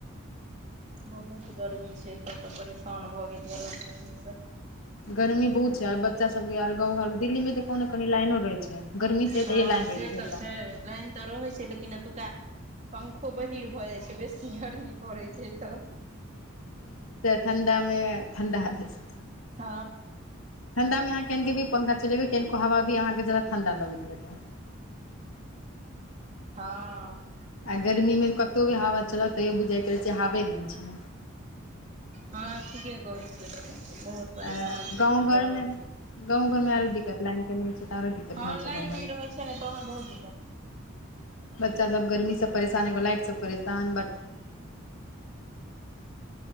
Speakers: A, on the right (about 35°); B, on the left (about 90°).
A: बहुत गर्मी छै एतय तऽ परेशान भऽ गेलैये लोक गर्मीसँ।
B: गर्मी बहुत छै आर बच्चा सब के यार गाँव घर मे, दिल्ली मे त कनी कनी लाइनो रहे छै। गर्मी छै
A: हँ
B: तैयो लाइन
A: से
B: रहै एतऽ
A: तऽ छै लाइन तऽ रहे छै लेकिन एतुका पंखो बहीर भऽ जाइ छै बेसी। गर्मी पड़ैत छै त।
B: ठण्डामे ठण्डा बेसी।
A: हँ।
B: ठण्डामे अहाँ कनेको भी पंखा चलेबै कनिको हवा भी अहाँके ज्यादा ठण्डा लगैत रहतै।
A: हां।
B: आ गर्मीमे कतहु भी हवा चलत तैयो बुझाइत रहैत छै हावे नहि छै।
A: हँ ठीके कहै छै, से बहुत परेशानी
B: आ
A: लेकिन
B: गाँव घर
A: भजाइ
B: मे
A: छै।
B: गाँव घरमे आरो दिकत लइन कनहि रहे तऽ छै। आरो दिक्कत
A: हँ
B: भए
A: लाइन
B: छै गाँव घर
A: नहि
B: मे
A: रहै छै ने तहन बहुत दिक्कत छै।
B: बच्चा सब गर्मीसँ परेशान एगो लाइटसँ परेशान बड